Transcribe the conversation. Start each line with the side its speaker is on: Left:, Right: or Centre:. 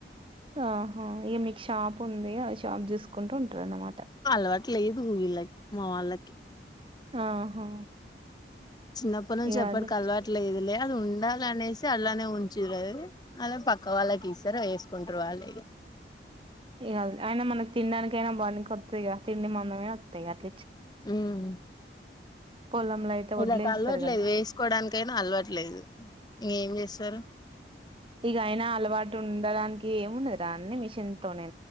Right: ఆహా ఇక మీకు షాప్ ఉంది ఆ షాప్ చూసుకో కంటూ ఉంటది అన్మాట
Left: అలవాటు లేదు వీళ్ళకి మా వాళ్ళకి
Right: ఆహా
Left: చిన్నప్పటి నుంచి
Right: ఇగ
Left: ఎవ్వరికి
Right: అదే
Left: అలవాట్లేదులే అది ఉండాలి అనేసి అలానే ఉ <unintelligible> అది పక్క వాళ్ళకి ఇస్తారా వేసుకుంటారు ఇగ వాళ్లె
Right: ఇగ అది అయినా మనకి తినడానికి అయినా బనికొస్తాయి. కదా తిండి మమనా వస్తాయి అట్
Left: ఉమ్
Right: పొలంలో అయిత తే
Left: వీళ్ళకి
Right: వడ్లు వేస్తారు
Left: అలవట్లేదు
Right: కదా
Left: వేసుకోవడానికైనా అలవట్లేదు ఇంకేం చేస్తారు
Right: ఇగ అయినా అలవాటు ఉండడానికి ఏముండదిరా అన్ని మిషన్ తొనే